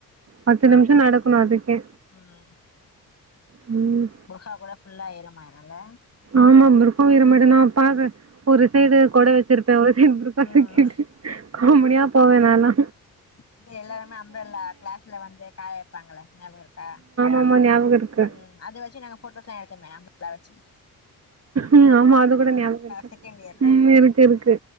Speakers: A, on the right (about 40°); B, on the left (about 40°).
A: பத் பத்து நிமிஷோ நடக்கணு அதுக்கே
B: ஆ
A: ம்
B: புர்ஹா கூட ஃபுல்லா ஈரம் ஆயிரு இல்ல
A: ஆமா புர்ஹாவு ஈரமாயிடு நா பாகே ஒரு சைடு கொட வச் சிருப்பே
B: ம் ம்
A: <unintelligible> காமெடியா போவே நால்லா
B: இங்க எல்லாருமே அம்ப்ரல்லா கிளாஸ்ல வந்து காய வப்பாங்களே ஞாபகோ இருக்கா
A: ஆமா ஞாபகோ இருக்கு
B: ம் அது வச்சு நாங்க போட்டோஸ்ல்லா எடுத்தோமே அம்பர்லா வச்சி
A: ம் ஆமா அது கூட ஞாபகோ இருக்கு
B: செகண்ட் இயர்ல
A: ம் இருக்கு இருக்கு